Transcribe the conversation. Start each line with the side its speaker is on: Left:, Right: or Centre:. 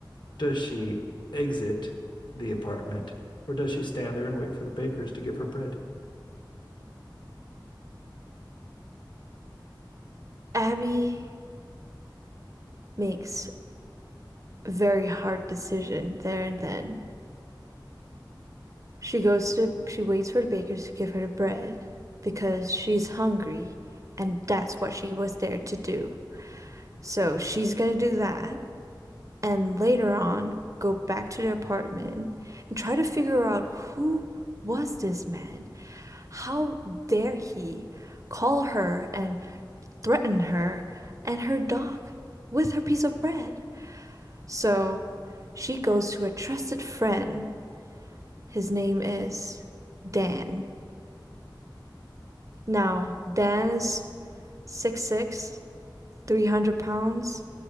Left: Does she exit the apartment or does she stand there and wait for the bakers to give her bread?
Right: Abby makes a very hard decision there and then. She goes to, she waits for the bakers to give her the bread because she's hungry and that's what she was there to do. So she's gonna do that and later on go back to the apartment and try to figure out who was this man How dare he call her and threaten her and her dog with her piece of bread? So she goes to a trusted friend. His name is Dan. Now, Dan is 6'6, 300 pounds,